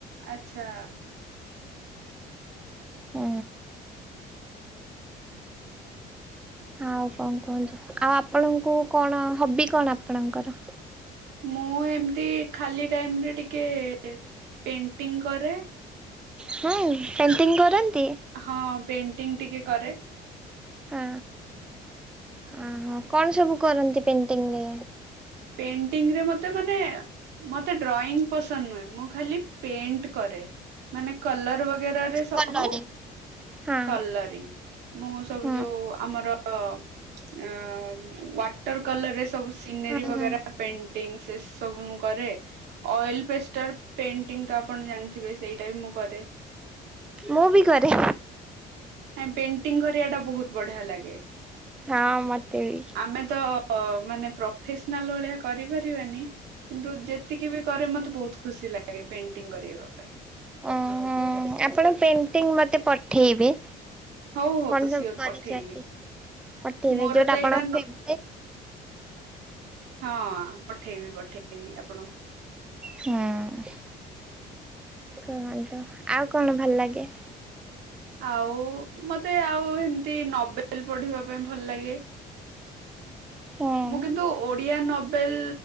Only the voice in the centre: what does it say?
ହୁଁ। ଆଉ କଣ କୁହନ୍ତୁ? ଆଉ ଆପଣଙ୍କୁ କଣ ହବି କଣ ଆପଣଙ୍କର।
ହୁଁ ପେଣ୍ଟିଂ କରନ୍ତି।
ହଁ ଅହୋ କଣ ସବୁ କରନ୍ତି ପେଣ୍ଟିଂ ରେ?
କଲରିଂ ହଁ
ହଁ।
ହୁଁ ହୁଁ।
ମୁଁ ବି କରେ।
କାଁ ମତେବି।
ଓହୋ ଆପଣ ପେଣ୍ଟିଂ ମତେ ପଠେଇବେ।
କଣ ସବୁ
କରିଛନ୍ତି
ପଠେଇବେ
ଯୋଉଟା
ଆପଣଙ୍କ
ଫେବ୍ରେଟ।
ହୁଁ କହନ୍ତୁ। ଆଉ କଣ ଭଲ ଲାଗେ।
ହଁ